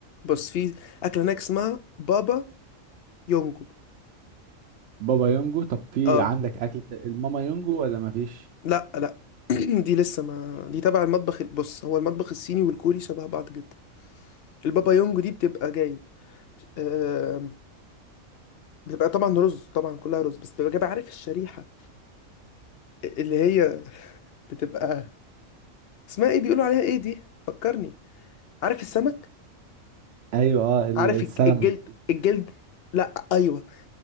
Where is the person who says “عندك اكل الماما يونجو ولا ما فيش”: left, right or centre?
Right